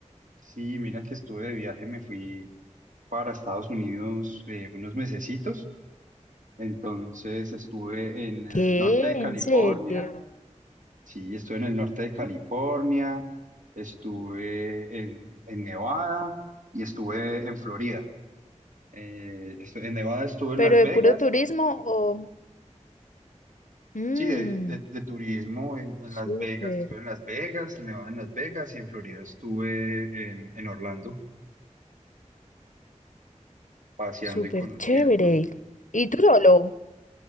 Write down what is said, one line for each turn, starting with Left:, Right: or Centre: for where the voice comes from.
Right: sí, mira que estuve de viaje, me fui para Estados Unidos eh, unos mesecitos. Entonces estuve en el
Left: ¿Qué?
Right: norte de
Left: ¿En
Right: California,
Left: serio?
Right: sí, estuve en el norte de California, estuve en, en Nevada y estuve en Florida. Eh, estu- en Nevada estuve
Left: ¿Pero
Right: en Las
Left: de
Right: Vegas,
Left: puro turismo o...? Mmm,
Right: sí, de, de- de turismo en, en
Left: súper,
Right: Las Vegas, estuve en Las Vegas, en Nevada en Las Vegas y en Florida estuve en en Orlando. paseando
Left: súper
Right: y conociendo.
Left: chévere. ¿Y tú solo?